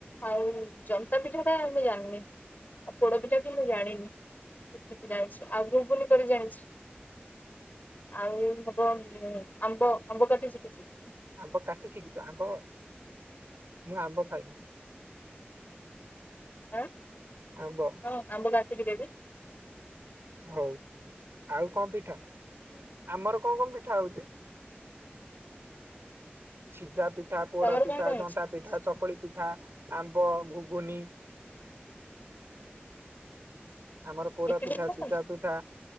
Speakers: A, on the left; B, on the right.
A: ଆଉ ଜନ୍ତା ପିଠା ଟା ମୁଁ ଜାଣିନି ଆଉ ପୋଡ ପିଠା ବି ମୁଁ ଜାଣିନି ଏଠ ଜାଣିଛି ଆଉ ଘୁଗୁନ କରି ଜାଣିଚି। ଆଉ ହେବ। ଆମ୍ବ ଆମ୍ବ କାଟିଚି କିିଛି
B: ଆମ୍ବ କାଟିଚି କିଛୁ ଆମ୍ବ ମୁଁ ଆମ୍ବ ଖାଇବି।
A: ଆଁ
B: ଆମ୍ବ
A: ହଁ ଆମ୍ବ କାଟିକି ଦେବି
B: ହଉ ଆଉ କଣ ପିଠା ଆମର କଣ କଣ ପିଠା ହଉଚି। ସିଝା ପିଠା ପୋଡ
A: ତମର
B: ପିଠା
A: କଣ କଣ
B: ଘଣ୍ଟା
A: ହେଇଛି
B: ପିଠା ଚକୁଳି ପିଠା। ଆମ୍ବ ଘୁଗୁନି ହୁଁ। ଆମର ପୋଡା
A: ଇଟିଲି
B: ପିଠା ଶୀତା
A: କଣ
B: ପିଠା।